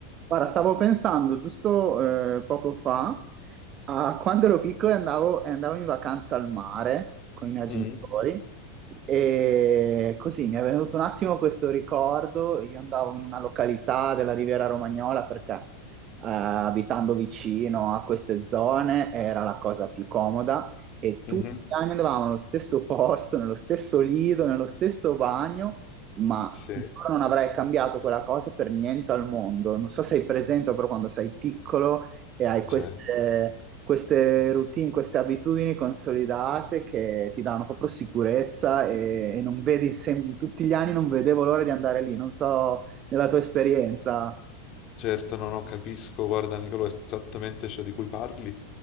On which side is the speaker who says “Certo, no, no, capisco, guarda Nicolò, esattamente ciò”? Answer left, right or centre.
Left